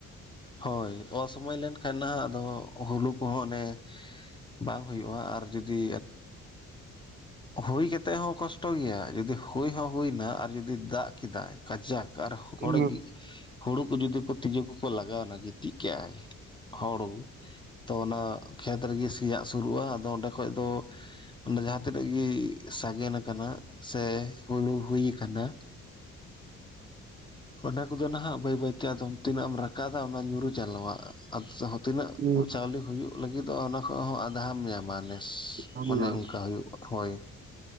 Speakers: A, on the left; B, on the right.
A: ᱦᱳᱭ ᱚᱥᱚᱢᱚᱭ ᱞᱮᱱᱠᱷᱟᱱ ᱱᱟ ᱟᱫᱚ ᱦᱩᱲᱩ ᱠᱚᱦᱚᱸ ᱚᱱᱮ ᱵᱟᱝ ᱦᱩᱭᱩᱜᱼᱟ ᱟᱨ ᱡᱩᱫᱤ ᱦᱳᱭ ᱠᱟᱛᱮ ᱦᱚᱸ ᱠᱚᱥᱴᱚ ᱜᱮᱭᱟ, ᱡᱩᱫᱤ ᱦᱩᱭ ᱦᱚᱸ ᱦᱩᱭᱱᱟ ᱟᱨ ᱡᱩᱫᱤ ᱫᱟᱜ ᱠᱮᱫᱟᱭ ᱠᱟᱡᱟᱠ ᱟᱨ
B: ᱦᱩᱸ
A: ᱦᱚᱲ ᱜᱤ ᱦᱩᱲᱩ ᱠᱚ ᱡᱩᱫᱤ ᱠᱚ ᱛᱤᱡᱩ ᱠᱚᱠᱚ ᱞᱟᱜᱟᱣᱱᱟ ᱜᱤᱛᱤᱡ ᱠᱟᱜᱼ ᱟᱭ ᱦᱚᱲᱩ, ᱛᱚ ᱚᱱᱟ ᱠᱷᱮᱛ ᱨᱮᱜᱮ ᱥᱮᱭᱟᱜ ᱥᱩᱨᱩᱜᱼᱟ ᱟᱫᱚ ᱚᱸᱰᱮ ᱠᱷᱚᱡ ᱫᱚ ᱚᱱᱟ ᱡᱟᱦᱟᱸ ᱛᱤᱱᱟᱹᱜ ᱜᱤ ᱥᱟᱜᱮᱱ ᱟᱠᱟᱱᱟ ᱥᱮ ᱦᱩᱲᱩ ᱦᱩᱭ ᱟᱠᱟᱱᱟ ᱚᱱᱟ ᱠᱚᱫᱚ ᱱᱟᱦᱟᱜ ᱵᱟᱹᱭ ᱵᱟᱹᱭᱛᱮ ᱟᱫᱚᱢ ᱛᱤᱱᱟᱹᱜ ᱮᱢ ᱨᱟᱠᱟᱵ ᱚᱱᱟ ᱧᱩᱨᱩ ᱪᱟᱞᱟᱣᱟ ᱟ <unintelligible> ᱡᱟᱦᱟᱸ ᱛᱤᱱᱟᱹᱜ
B: ᱦᱮᱸ
A: ᱪᱟᱣᱞᱮ ᱦᱩᱭᱩᱜ ᱞᱟᱹᱜᱤᱫᱚᱜ ᱚᱱᱟ ᱠᱷᱚᱡ ᱦᱚᱸ ᱟᱫᱷᱟᱢ ᱧᱟᱢᱟ ᱱᱮᱥ
B: ᱦᱩᱸ
A: ᱚᱱᱮ ᱚᱱᱠᱟ ᱦᱩᱭᱩᱜ ᱦᱳᱭ ᱾